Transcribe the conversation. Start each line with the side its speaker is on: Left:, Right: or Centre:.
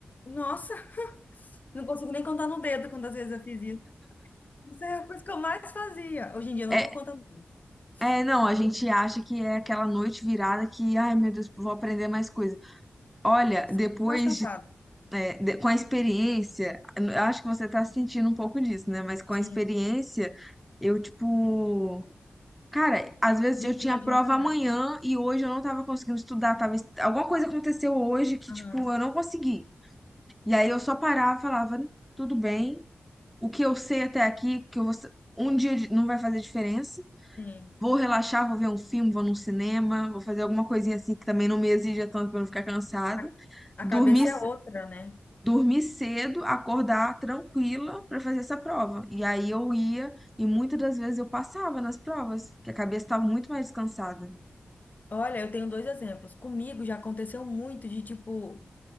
Left: Nossa, não consigo nem contar no dedo quantas vezes eu fiz isso. Isso é a coisa que eu mais fazia. Hoje em dia eu não
Centre: É,
Left: dou conta mais.
Centre: é, não, a
Left: Não
Centre: gente
Left: dou-
Centre: acha que é aquela noite virada que, ai meu Deus, vou aprender mais coisas. Olha, depois,
Left: Sempre mais cansada.
Centre: de- eh, de- com a experiência, eu acho que você tá sentindo um pouco disso, né? Mas com
Left: Sim,
Centre: a experiência, eu, tipo, cara, às vezes
Left: dia
Centre: eu
Left: que
Centre: tinha
Left: não adianta
Centre: prova
Left: nada.
Centre: amanhã e hoje eu não tava conseguindo estudar, tava, es- alguma coisa aconteceu hoje que,
Left: Aham,
Centre: tipo, eu não consegui. E aí eu só parava e falava, tudo bem, o que eu sei até aqui, que eu vou, sa- um dia de- não vai fazer diferença.
Left: sim.
Centre: Vou relaxar, vou ver um filme, vou num cinema, vou fazer alguma coisinha assim que também não me exija tanto pra eu não ficar cansada.
Left: A, a
Centre: Dormir
Left: cabeça é outra, né?
Centre: dormir cedo, acordar tranquila para fazer essa prova. E aí eu ia e muitas das vezes eu passava nas provas, que a cabeça estava muito mais descansada.
Left: Olha, eu tenho dois exemplos. Comigo já aconteceu muito de tipo.